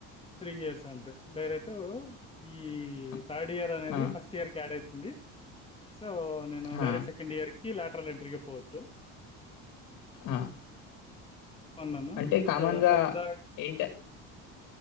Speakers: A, on the left (about 15°); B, on the left (about 65°).
A: త్రీ ఇయర్స్ అంతే డైరెక్ట్ ఈ
B: ఆ!
A: తాడ్ ఇయర్నేది
B: ఆ!
A: ఫస్ట్ ఇయర్ క ఎడైది ఎందిసే సో నేనుడరెక్ట్
B: ఆ!
A: సెకండ్ ఇయర్కి కీ ల్యాటర్ ఎంట్రీగా పోవచ్చు
B: ఆ
A: అన్నాను
B: అంటే
A: జస్ట్
B: కామన్‌గా
A: సర్దా
B: ఏంట